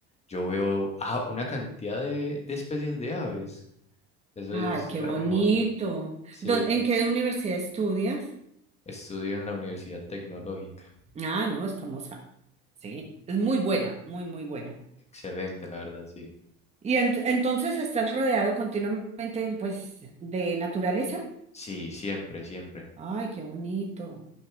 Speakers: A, on the left; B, on the right.
A: yo veo ah, una cantidad de, de especies de aves. Eso
B: ay,
A: es
B: qué
A: hermoso.
B: bonito.
A: Sí,
B: ¿Dó- ¿En
A: sí.
B: qué universidad estudias?
A: estudio en la Universidad Tecnológica.
B: Ah, no, es famosa. Sí, es muy buena, muy, muy buena.
A: Excelente, la verdad, sí.
B: Y ent- entonces estás rodeado continuamente, pues, de naturaleza.
A: Sí, siempre, siempre.
B: Ay, qué bonito.